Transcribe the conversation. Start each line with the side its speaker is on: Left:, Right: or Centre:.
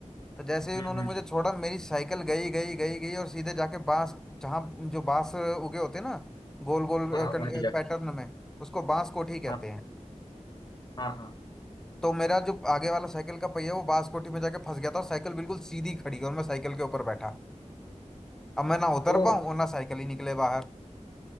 Centre: तो जैसे ही
Left: हम्म,
Centre: उन्होंने
Left: हम्म।
Centre: मुझे छोड़ा मेरी साइकिल गई गई गई गई और सीधे जाके बांस जहाँ जो बांस उगे होते हैं ना गोल गोल
Left: हाँ हाँ, वहीं जा
Centre: पैटर्न में उसको बांस कोठी कहते
Left: हाँ
Centre: हैं
Left: हाँ हाँ
Centre: तो मेरा जो आगे वाला साइकिल का पहिया वो बांस कोठी में जाके फंस गया था और साइकिल बिल्कुल सीधी खड़ी और मैं साइकिल के ऊपर बैठा अब मैं ना उतर
Left: ओ
Centre: पाऊँ और ना साइकिल ही निकले बाहर